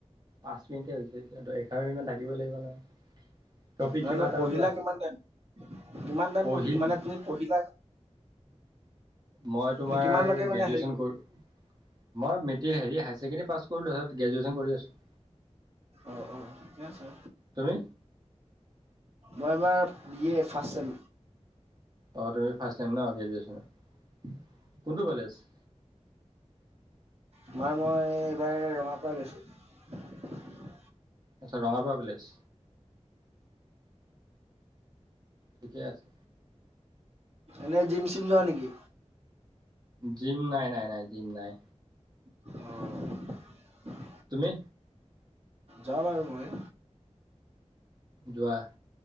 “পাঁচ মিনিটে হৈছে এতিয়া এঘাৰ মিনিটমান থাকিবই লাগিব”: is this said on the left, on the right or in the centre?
Right